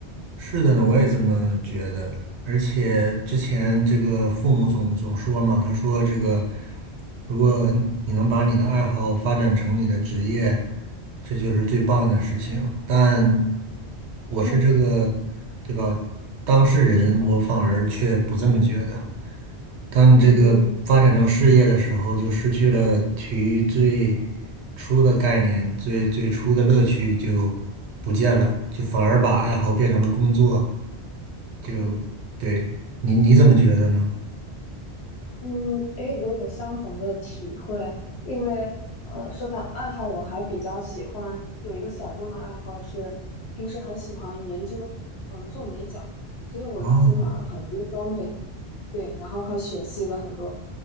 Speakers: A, on the right; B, on the left.
A: 是的呢，我也这么觉得。而且之前这个父母总总说嘛，他说这个，如果你能把你的爱好发展成你的职业，
B: 嗯
A: 这就是最棒的事情。但我是这个，
B: 嗯
A: 对吧？当事人，我反而却不这么觉得。当你这个发展成事业的时候，
B: 嗯嗯
A: 就失去了体育最初的概念，最最初的乐趣就不见了，就反而把爱好变成了工作。就对你你怎么觉得呢？
B: 嗯嗯，诶，我有相同的体会，因为呃，说到爱好，我还比较喜欢有一个小众的爱好是，平时很喜欢研究，嗯、做美甲，所以我自己买了很多装备，
A: 哦，
B: 对，然后还学习了很多。